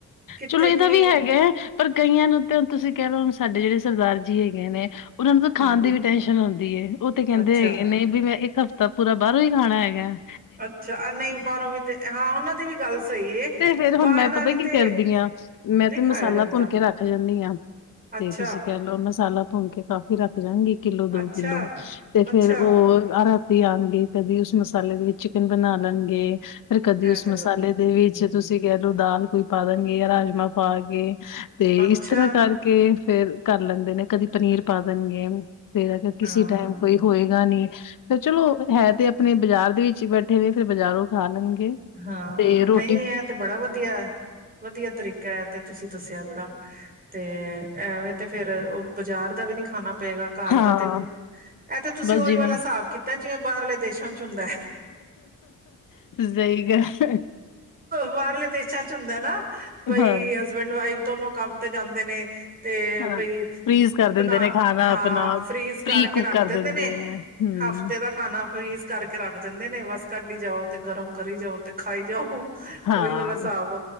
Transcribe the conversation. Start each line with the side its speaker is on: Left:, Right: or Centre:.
Right: ਕਿੱਥੇ
Left: ਚਲੋ, ਇਹਦਾ
Right: ਕੀ
Left: ਵੀ ਹੈਗਾ। ਪਰ ਕਈਆਂ ਨੂੰ ਹੁਣ ਤੁਸੀਂ ਕਹਿ ਲਓ, ਹੁਣ ਸਾਡੇ ਜਿਹੜੇ ਸਰਦਾਰ ਜੀ ਹੈਗੇ ਨੇ ਉਹਨਾ ਨੂੰ ਤਾਂ ਖਾਣ
Right: ਹਾਂਜੀ
Left: ਦੀ ਵੀ ਟੈਨਸ਼ਨ ਹੁੰਂਦੀ ਐ, ਉਹ ਤੇ ਕਹਿੰਦੇ
Right: ਅੱਛਾ
Left: ਹੈਗੇ ਨਹੀਂ ਵੀ ਮੈਂ ਇੱਕ ਹਫ਼ਤਾ ਪੂਰਾ ਬਾਹਰੋਂ ਹੀ ਖਾਣਾ ਹੈਗਾ।
Right: ਅੱਛਾ ਨਹੀਂ ਬਾਹਰੋਂ ਵੀ ਤੇ ਹਾਂ ਉਹਨਾਂ ਦੀ ਵੀ ਗੱਲ ਸਹੀ ਹੈ
Left: ਤੇ ਫੇਰ ਹੁਣ
Right: ਬਾਹਰ
Left: ਮੈਂ
Right: ਦਾ
Left: ਪਤਾ
Right: ਵੀ
Left: ਕੀ
Right: ਤੇ
Left: ਕਰਦੀ ਹਾਂ, ਮੈਂ
Right: ਨਹੀਂ
Left: ਤੇ ਮਸਾਲਾ
Right: ਖਾਇਆ ਜਾਂਦਾ
Left: ਭੁੰਨ ਕੇ ਰੱਖ ਜਾਂਦੀ ਹਾਂ
Right: ਅੱਛਾ
Left: ਤੇ ਤੁਸੀਂ ਕਹਿ ਲਓ ਮਸਾਲਾ ਭੁੰਮ ਕੇ ਕਾਫੀ ਰੱਖ ਦੇਦਾਂਗੀ ਕਿੱਲੋ ਦੋ
Right: ਅੱਛਾ
Left: ਕਿੱਲੋ ਤੇ
Right: ਅੱਛਾ
Left: ਫੇਰ ਉਹ ਅਰ ਆਉਗੇ ਕਦੀ ਉਸ ਮਸਾਲੇ ਦੇ ਵਿੱਚ ਚਿਕਨ ਬਣਾ ਲੈਣਗੇ। ਫਿਰ ਕਦੀ
Right: ਇਹ
Left: ਉਸ
Right: ਤੇ
Left: ਮਸਾਲੇ
Right: ਵਧ
Left: ਦੇ ਵਿੱਚ
Right: ਹਮ
Left: ਕਹਿ ਲਓ ਦਾਲ ਕੋਈ ਪਾ ਦੇਣਗੇ ਜਾਂ ਰਾਜਮਾਂ ਪਾ ਕੇ ਤੇ
Right: ਅੱਛਾ
Left: ਇਸ ਤਰ੍ਹਾਂ ਕਰਕੇ ਫੇਰ ਕਰ ਲੈਂਦੇ ਨੇ ਕਦੀ ਪਨੀਰ ਪਾ ਦੇਣਗੇ। ਫੇਰ ਅਗਰ ਕਿਸੇ
Right: ਹਾਂ
Left: ਟਾਈਮ ਕੋਈ ਹੋਏਗਾ ਨੀ ਫੇਰ ਚਲੋ ਹੈ ਤੇ ਆਪਣੇ ਬਾਜ਼ਾਰ ਦੇ ਵਿੱਚ ਹੀ ਬੈਠੇ ਨੇ ਫੇਰ ਬਾਜ਼ਾਰੋਂ ਖਾ ਲਣਗੇ
Right: ਹਾਂ
Left: ਤੇ ਰੋ
Right: ਨਹੀਂ ਇਹ ਤੇ ਬੜਾ ਵਧੀਆ। ਵਧੀਆ ਤਰੀਕਾ ਹੈ ਤੇ ਤੁਸੀਂ ਦੱਸਿਆ ਬੜਾ ਤੇ ਐਵੇਂ ਤੇ ਫੇਰ ਉਹ ਬਾਜ਼ਾਰ ਦਾ ਵੀ ਨੀ ਖਾਨਾ ਪਏਗਾ ਘਰ
Left: ਹਾਂ
Right: ਦਾ ਤੇ ਇਹ ਤੇ ਤੁਸੀਂ
Left: ਬਸ
Right: ਓਹੀ
Left: ਜਿਵੇਂ
Right: ਵਾਲਾ ਹਿਸਾਬ ਕੀਤਾ ਜੇ ਬਾਹਰਲੇ ਦੇਸ਼ਾਂ ਚ ਹੁੰਦਾ।
Left: ਸਹੀ ਗੱਲ
Right: ਬਾਹਰਲੇ ਦੇਸਾਂ ਚ ਹੁੰਦਾ ਨਾ ਬਈ
Left: ਹਾਂ,
Right: ਹਸਬੈਂਡ ਵਾਈਫ ਦੋਨੋ ਕੰਮ ਤੇ ਜਾਂਦੇ ਨੇ ਤੇ
Left: ਹਾਂ
Right: ਬਈ
Left: ਫ੍ਰੀਜ਼ ਕਰ ਦਿੰਦੇ
Right: ਬਣਾ
Left: ਨੇ ਖਾਣਾ
Right: ਹਾਂ
Left: ਆਪਣਾ
Right: ਫਰੀਜ਼ ਕਰਕੇ
Left: ਪ੍ਰੀ ਕੁਕ
Right: ਰੱਖ
Left: ਕਰ
Right: ਦਿੰਦੇ ਨੇ
Left: ਹੂੰ
Right: ਹਫਤੇ ਦਾ ਖਾਣਾ ਫਰੀਜ਼ ਕਰਕੇ ਰੱਖ ਦਿੰਦੇ ਨੇ ਬਸ ਕੱਡੀ ਜਾਓ ਤੇ ਗਰਮ ਕਰੀ ਜਾਓ ਤੇ ਖਾਈ ਜਾਓ।
Left: ਹਾਂ
Right: ਉਹੀ ਵਾਲਾ ਹਿਸਾਬ